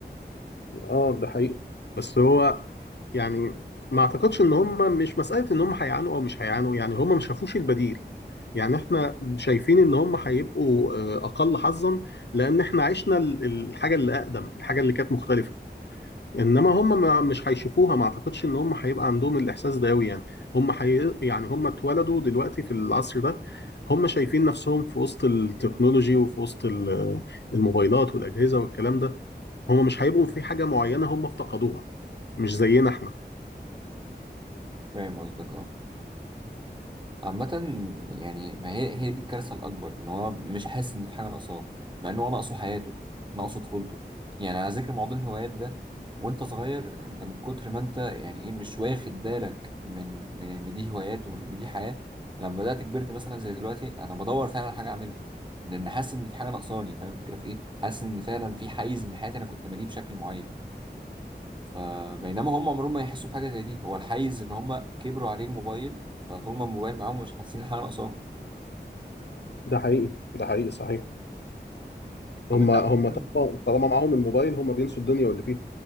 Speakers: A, on the left; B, on the right.
A: اه ده حقيقي بس هو يعني ما اعتقدش ان هما مش مسألة ان هما هيعانوا او مش هيعانوا يعني هما ما شافوش البديل يعني احنا شايفين ان هما هيبقوا آه، اقل حظا لان احنا عشنا ال- الحاجة اللي اقدم الحاجة اللي كانت مختلفة انما هم ما مش هيشوفوها ما اعتقدش ان هم هيبقى عندهم الاحساس ده قوي يعني هم حي... يعني هم اتولدوا دلوقتي في العصر ده هم شايفين نفسهم في وسط التكنولوجي وفي وسط ال- الموبايلات والاجهزه والكلام ده هم مش هيبقوا في حاجه معينه هم افتقدوها مش زينا احنا
B: فاهم قصدك اه عامة يعني ما هي هي دي الكارثة الأكبر إن هو مش حاسس إن في حاجة ناقصاه مع إن هو ناقصه حياته ناقصه طفولته يعني على ذكر موضوع الهوايات ده وأنت صغير أنت من كتر ما أنت يعني إيه مش واخد بالك من من إن دي هوايات ومن إن دي حياة لما بدأت كبرت مثلا زي دلوقتي أنا بدور فعلا على حاجة أعملها لأن حاسس إن في حاجة ناقصاني فاهم الفكرة في إيه؟ حاسس إن فعلا في حيز من حياتي أنا كنت ماليه بشكل معين فبينما هم عمرهم ما يحسوا بحاجه زي دي هو الحيز اللي هم كبروا عليه الموبايل فطول ما الموبايل معاهم مش حاسين حاجه ناقصاهم
A: ده حقيقي ده حقيقي صحيح
B: طب
A: هم
B: انت
A: هم
B: عامه
A: طالما طالما معاهم الموبايل هم بينسوا الدنيا واللي فيها